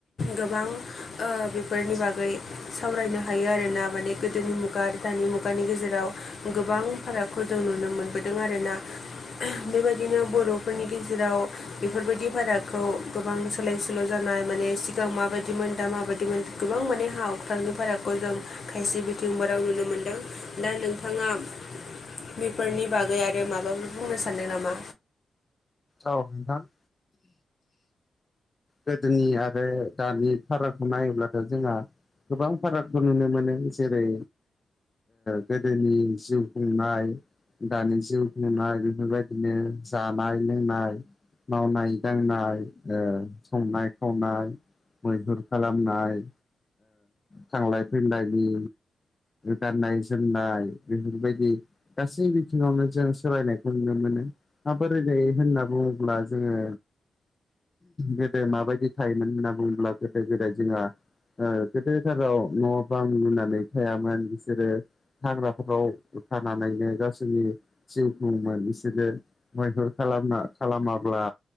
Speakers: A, on the left; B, on the left.
A: गोबां ओ बेफोरनि बागै सावरायनो हायो आरोना माने गोदोनि मुगा दानि मुगानि गेजेराव गोबां फारागखौ जों नुनो मोनबोदों आरोना। बेबायदिनो बर'फोरनि गेजेराव बेफोरबायदि भाराखौ गोबां सोलाय सोल' जानाय माने सिगां माबायदिमोन दा माबायदिमोन गोबां माने हा हख्रांनि भारागखौ जों खायसे बिथिंफोराव नुनो मोनदों दा नों थांङा बेफोरनि बागै आरो माबाफोर बुंनो सानदों नामा?
B: औ नोंथां। गोदोनि आरो दानि फारागखौ नायोब्लाथ' जोंहा गोबां फारागखौ नुनो मोनो जेरै गोदोनि जिउ खुंनाय दानि जिउ खुननाय बेफोरबायदिनो जानाय लोंनाय मावनाय दांनाय संनाय खावनाय मैहुर खालामनाय थांलाय फैलायनि गाननाय जोमनाय बेफोरबायदि गासै बिथिंङावनो जों सोलायनायखौ नुनो मोनो। हा बादोरायनाय होनना बुंङोब्ला जोंङो गोदो माबायदि थायोमोन होनना बुङोब्ला गोदो गोदाय जोंहा गोदोथाराव न' बां लुनानै थायामोन बिसोरो हाग्राफोराव उथानानैनो गावसोरनि जिउ खुंङोमोन बिसोरो मैहुर खालामना खालामाब्ला